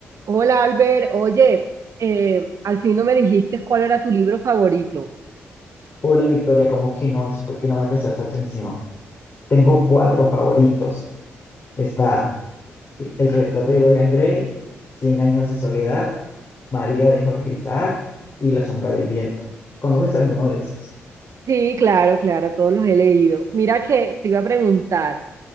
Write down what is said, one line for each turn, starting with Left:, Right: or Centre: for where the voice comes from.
Right: Hola Albert, oye, eh, al fin no me dijiste cuál era tu libro favorito.
Left: Hola Victoria, ¿cómo que no? Eso fue que no me prestaste atención. Tengo cuatro favoritos. Está eh, El retrato de Dorian Gray, Cien años de soledad, María de Jorge Isaac y La sombra del viento. ¿Conoces alguno de esos?
Right: Sí, claro, claro, todos los he leído. Mira que te iba a preguntar,